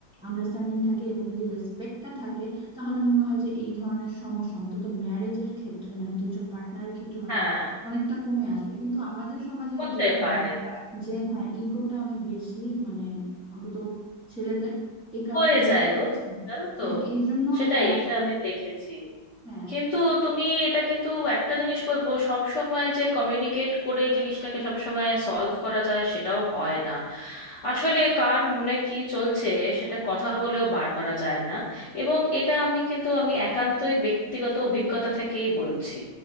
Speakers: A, in the centre; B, on the left.
A: আন্ডারস্ট্যান্ডিং থাকে এবং যদি রেসপেক্টটা থাকে তাহলে মনে হয় যে এই ধরনের সমস্যা অন্তত ম্যারেজের ক্ষেত্রে মানে দুইজন পার্টনারের ক্ষেত্রে হয়তো
B: হ্যাঁ
A: অনেকটা কমে আসবে কিন্তু আমাদের সমাজে ওই
B: হতে
A: যে যেটা
B: পারে
A: বললাম যে হ্যাঁ ইগোটা অনেক বেশি মানে অন্তত ছেলেদের এই কারণে
B: হয়ে
A: যেটা
B: যায়
A: হয়
B: গো
A: যে
B: জানো তো
A: হ্যাঁ এই জন্য
B: সেটাই
A: তারা
B: এটা
A: আসলে
B: আমি দেখেছি
A: হ্যাঁ
B: কিন্তু তুমি এটা কিন্তু একটা জিনিস বলবো সব সময় যে কমিউনিকেট করে জিনিসটাকে সব সময় সলভ করা যায় সেটাও হয় না আসলে কার মনে কি চলছে সেটা কথা বলেও বার করা যায় না এবং এটা আমি কিন্তু আমি একান্তই ব্যক্তিগত অভিজ্ঞতা থেকেই বলছি